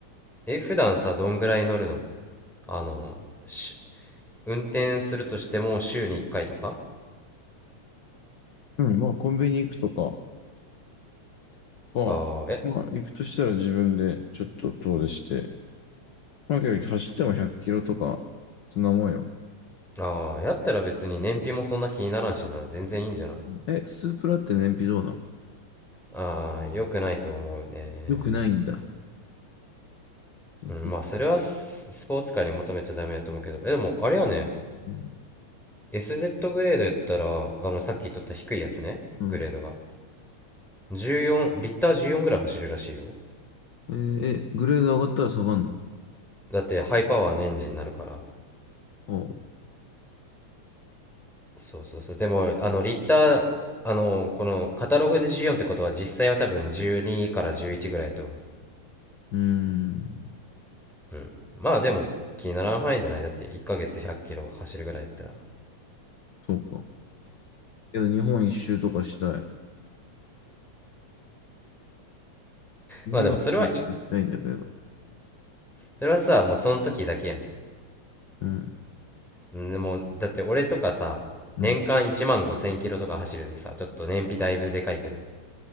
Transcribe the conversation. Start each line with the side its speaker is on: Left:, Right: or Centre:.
Centre: え、普段さ、どんぐらい乗るのあの、し、運転するとしても週に1回とか
Left: うん、まあ、コンビニ行くとかが、
Centre: ああ、え、
Left: まあ、行くとしたら自分でちょっと遠出して、まあ、けど走っても100キロとか、そんなもんよ。
Centre: ああ、やったら別に燃費もそんな気にならんしな。全然いいんじゃない
Left: え、スープラって燃費どうなん
Centre: ああ、良くないと思うね。
Left: よくないんだ。よく、
Centre: うん、まあ、それはス、スポーツカーに求めちゃダメだと思うけど。え、でも、あれやね。
Left: うん、
Centre: SZ グレードやったら、あの、さっき言っとった低いやつね。
Left: うん。
Centre: グレードが。14、リッター14ぐらい走るらしいよ。
Left: えーえ、グレード上がったら下がんの
Centre: だってハイパワーのエンジンになるから
Left: ああ、
Centre: そうそうそうでもあのリッターあのこのカタログで14ってことは実際は多分12から11ぐらいだと思
Left: うーん、
Centre: ううんまあでも気にならん範囲じゃないだって1ヶ月1 0 0キロ走るぐらいやったら
Left: そうか。けど日本一周とかしたい。日本一周とかしたいんだけど。
Centre: まあでもそれはいそれはさもうその時だけやん
Left: うん、
Centre: うんでもだって俺とかさ年間1万5
Left: うん、
Centre: 0キロとか走るでさちょっと燃費だいぶでかいけど